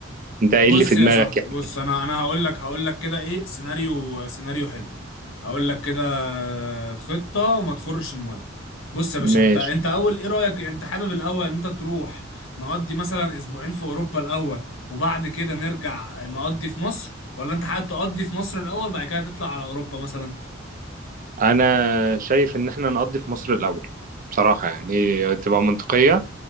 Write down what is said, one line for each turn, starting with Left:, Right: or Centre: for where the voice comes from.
Right: انت ايه
Left: بص
Right: اللي في
Left: يا
Right: دماغك
Left: صاحبي
Right: يعني
Left: بص انا انا هقول لك هقول لك كده ايه سيناريو سيناريو حلو هقول لك كده خطة وما تخرش المية بص يا باشا
Right: ماشي
Left: انت انت اول ايه رأيك انت حابب الاول ان انت تروح نقضي مثلا اسبوعين في اوروبا الاول وبعد كده نرجع نقضي في مصر ولا انت حابب تقضي في مصر الاول بعد كده تطلع على اوروبا مثلا
Right: انا شايف ان احنا نقضي في مصر الاول بصراحه يعني تبقى منطقيه